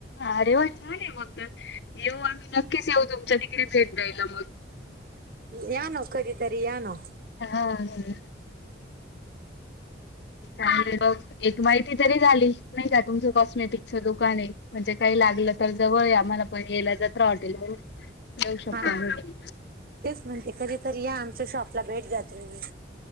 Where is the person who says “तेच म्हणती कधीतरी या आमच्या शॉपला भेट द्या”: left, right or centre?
Right